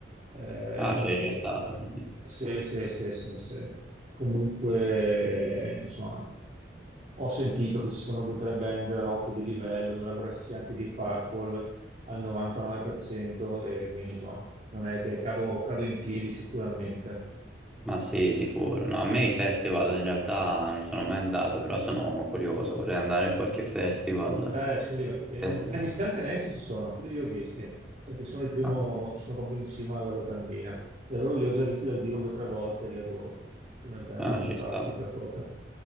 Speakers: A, on the right; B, in the centre.
A: Eh,
B: Ah, c'è già stato, quindi.
A: sì, sì, sì, sì, sì. Comunque, insomma, Ho sentito che ci sono due o tre band rock di livello, dovrebbero esserci anche di Purple al 99%, e quindi insomma, non è che cado, cado in piedi sicuramente.
B: Ma sì, sicuro. No, a me i festival in realtà non sono mai andato, però sono curioso, vorrei andare a qualche festival.
A: Eh, sono divertenti.
B: per-
A: Ah, gli Scalcanesi ci sono, quelli li ho visti, perché sono il primo,
B: ah,
A: sono proprio in cima alla locandina. E loro li ho già visti dal vivo due o tre volte, li adoro. Come band,
B: Ah,
A: fantastica
B: ci sta,
A: proprio.